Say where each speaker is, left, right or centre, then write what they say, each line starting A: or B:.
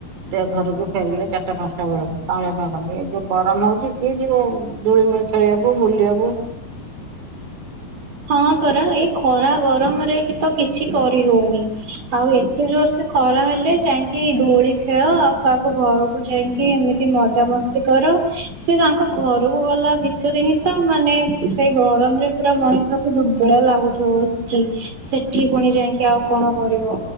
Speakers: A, on the right; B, on the right.
A: ଯେ ଘରକୁ ଫେରିଲେ ଚାରିଟା ପାଞ୍ଚଟା ବେଳକୁ କାଉଁଳିଆ ପାଗ କଲେ ଏ ଯୋଉ ଗରମ ହଉଛି କିଏ ଯିବ ଦୋଳି ମୂଳେ ଖେଳିବାକୁୁ ବୁଲିବାକୁ
B: ହଁ ପରା ଏଇ ଖରା ଗରମରେ କିଛି ତ କିଛି କରି ଦଉନି ଆଉ ଏତେ ଜୋରସେ ଖରା ହେଲେ ଯାଇଁକି ଦୋଳି ଖେଳ ଆଉ କହାକୁ ଘରକୁ ଯାଇକି ଏମିତି ମଜା ମସ୍ତି କର ସେ ତାଙ୍କ ଘରୁକୁ ଗଲା ଭିତରେ ହିଁ ତ ମାନେ ସେ ଗରମରେ ପୁରା ମଣିଷ ଦୁର୍ବଳ ଲାଗୁଥିବ ବସିକି, ସେଠି ପୁଣି ଯାଇଁକି ଆଉ କଣ କରିବ?